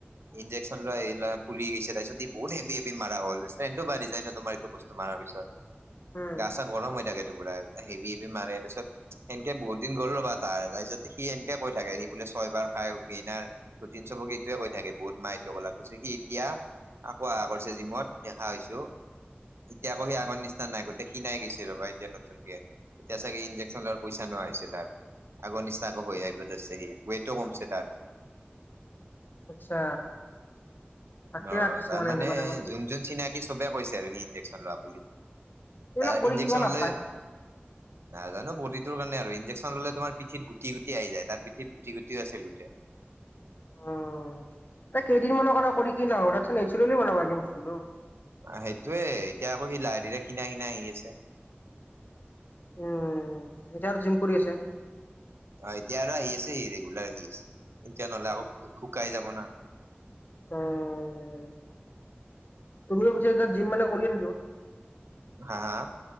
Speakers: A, on the right; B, on the left.
A: ইঞ্জেক্যচন ল এই ল ফুলি গৈছে তাৰপিচত বহুত হেভি হেভি মাৰা হল ষস্ত্ৰেনত ও বাঢ়ি যায় না তোমাৰ এইটো বস্তু এইতোমাৰাৰ পিছত
B: উম
A: গা- চা গৰম হৈ থাকে টো পুৰা হেভি হেভি মাৰে তাৰপিছত সেনকে বহুতিন গ'ল ৰবা তাৰ তাৰপিছত সি সেনকে কৈ থাকে সি বোলে ছয়বাৰ খাইনাৰ টিন চবকে ইটোৱে কৈ থাকে বহুত মাহটো কলাক সি এতিয়া আকৌ আহা কৰিছে জিমত দেখা হৈছো। এতিয়া আকৌ সি আগৰ নিচিনা নাই গোটেই শিনাই গৈছে ৰবা এতিয়া নতুনকে। এতিয়া চাগে ইঞ্জেকশন লোৱাৰ পইচা নহোৱা হৈছে তাৰ। আগৰ নিচনা হৈ আহিব ধৰছে সি ৱেটও কমছে তাৰ।
B: আচ্ছা। তাকে
A: অ
B: কিছুমানে
A: তাৰমানে
B: এনেকুৱা টাইপৰ
A: যোন যোন চিনাকি চবে কৈছে আৰু সি ইনজেকচন লোৱা বুলি।
B: এইবিলাক
A: তাৰ
B: কৰি
A: ইনজেকচন
B: কিবা নাপায়।
A: লৈ নাজানো বডিটো কাৰনে আৰু ইনজেক্ন ল'লে তোমাৰ পিঠিত গটি গুটি আহি যাই তাৰ পিঠিত গুটি গুটিও আছিল গোটেই।
B: উ এই কেইদিন মানৰ কাৰণে কৰি কি ল এ চলি বনালাগে বস্তুটো।
A: সেইটোয়ে এতিয়া আকৌ সি লাহে- ধীৰে খীনাই-খীণাই আহি আছে।
B: উম, এতিয়া আৰু জিম কৰি আছে।
A: অ', এতিয়া আৰু আহি আছে সি ৰেগুলাৰ আহি আছে এতিয়া নহলে আকৌ শুকাই যাব না।
B: উম। তুমি ও পিছে এতিয়া জিম মানে কৰিয়ে থাকিবা?
A: হা হা